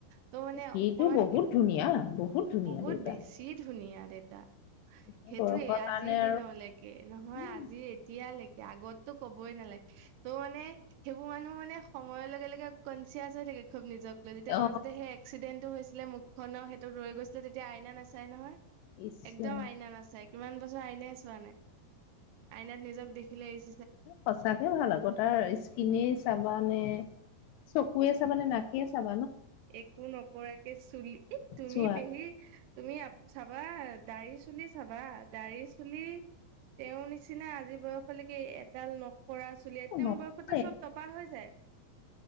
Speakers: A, on the right (about 80°); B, on the left (about 80°).
A: ত' মানে
B: সিটো
A: অকমান
B: বহুত
A: কে
B: ধুনীয়া বহুত ধুনীয়া
A: বহুত
B: দেউতা
A: বেছি ধুনীয়া দেউতা।
B: এতিয়া
A: সেইটোয়েই
B: বয়সৰ
A: আজিৰ
B: কাৰণে
A: দিনলৈকে,
B: আৰু
A: নহয়
B: উম
A: আজি এতিয়া দিয়া লৈকে। আগতটো ক'বই নালাগে। ত' মানে সেইবোৰ মানুহ মানে সময়ৰ লগে লগে কন্সি য়াছ হৈ থাকে খুব নিজক লৈ। যেতিয়া
B: অ
A: মাজতে সেই এক্সিডেণ্টটো হৈছিলে মুখনৰ সে ৰৈ গৈছিলে তেতিয়া আইনা নাচাই নহয়।
B: ইচ
A: এক্দম
B: ৰাম
A: আইনা নাচায়। কিমান বছৰ আইনাই চোৱা নাই। আইনাত নিজক দেখিলে ইছ
B: সঁচাকে ভাল আকৌ তাৰ স্কিনে চাবা নে? চকুৱে চাবা নে? নাকে চাব
A: একো নকৰাকে চুলি তুমি
B: চোৱা
A: পেহী তুমি চাবা দাড়ি চুলি চাবা, দাড়ি চুলি তেওঁৰ নিচিনা আজি বয়সলৈকে এডাল ন প'ৰা চুলিয়ে। তেওঁৰ
B: নোৱাৰে
A: বয়সতো চব টপা হৈ যায়।